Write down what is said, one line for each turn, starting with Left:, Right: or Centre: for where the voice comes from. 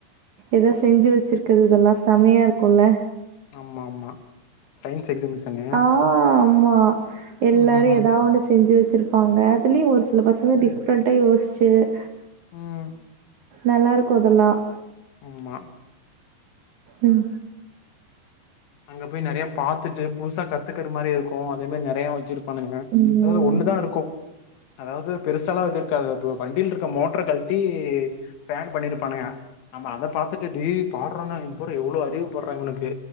Right: ஏதோ செஞ்சு வச்சிருக்கது இதெல்லாம் செமையா இருக்கும்ல்ல
Left: ஆமா ஆமா சயின்ஸ் எக்ஸிபிஷனு
Right: ஆஹ் ஆமா எல்லாரும்
Left: ம் ம் ம்
Right: ஏதாவ ஒண்ணு செஞ்சு வச்சிருப்பாங்க அதுலயும் ஒரு சில பசங்க டிப்ரெண்டா யோசி சேரி
Left: உஹம்
Right: நல்லாயிருக்கும் அதெல்லாம்
Left: ஆமா
Right: உம்
Left: அங்க போய் நெறைய பாத்துட்டு புதுசா கத்துக்கற மாதிரி இருக்கும் அதே மாதிரி நெறைய வச்சிரு பண்ணுங்க
Right: ம்.
Left: அதாவது ஒண்ணுதான் இருக்கும் அதாவது பெருசாலாம் இது இருக்காது இப்ப வண்டியில இருக்க மோட்டரை கழட்டி ஃபேங் பண்ணிருப்பானுங்க ஆமா அத பாத்துட்டு டே பாருடா க்குற எவ்வளவு அறிவுபாராங்க து